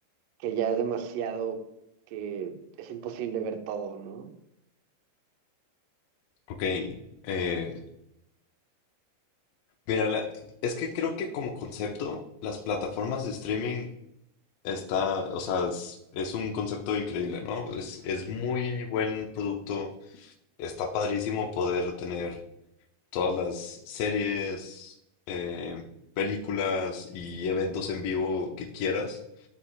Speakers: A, on the right; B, on the left.
A: que ya es demasiado que es imposible ver todo, ¿no?
B: Ok. eh, mira, la- es que creo que como concepto, las plataformas de streaming está, o sea, es, es un concepto increíble, ¿no? Es, es muy buen producto. Está padrísimo poder tener todas las series, eh, películas y eventos en vivo que quieras